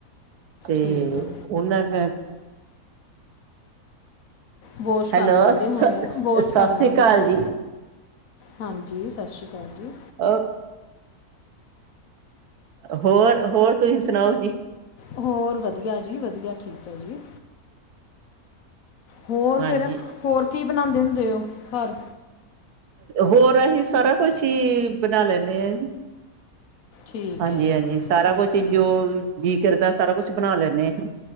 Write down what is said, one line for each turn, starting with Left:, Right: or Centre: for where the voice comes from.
Right: ਤੇ
Left: ਠੀਕ ਹੈ
Right: ਉਹਨਾਂ ਕ
Left: ਵੋਸ਼
Right: ਹੈਲੋ
Left: ਕਰ ਲੈਂਦੇ
Right: ਸਤਿ
Left: ਹੋਣੇ ਨਾ ਵੋਸ਼
Right: ਸ੍ਰੀ
Left: ਕਰ ਲੈਂਦੇ
Right: ਅਕਾਲ
Left: ਹੋਣੇ
Right: ਜੀ
Left: ਹਾਂਜੀ ਸਤਿ ਸ਼੍ਰੀ ਅਕਾਲ ਜੀ
Right: ਅ ਹੋਰ ਹੋਰ ਤੁਸੀਂ ਸੁਣਾਓ ਜੀ
Left: ਹੋਰ ਵਧੀਆ ਜੀ ਵਧੀਆ ਠੀਕ ਹੈ ਜੀ ਹੋਰ
Right: ਹਾਂਜੀ
Left: ਫਿਰ ਹੋਰ ਕੀ ਬਣਾਉਂਦੇ ਹੁੰਦੇ ਹੋ ਘਰ
Right: ਹੋਰ ਅਸੀਂ ਸਾਰਾ ਕੁਛ ਹੀ ਬਣਾ ਲੈਂਦੇ ਹਾਂ
Left: ਠੀਕ
Right: ਹਾਂਜੀ
Left: ਹੈ
Right: ਹਾਂਜੀ ਸਾਰਾ
Left: ਠੀਕ
Right: ਕੁਛ ਹੀ
Left: ਹੈ
Right: ਜੋ ਜੀਕਰਦਾ ਸਾਰਾ ਕੁਛ ਬਣਾ ਲੈਂਦੇ ਹਸੀ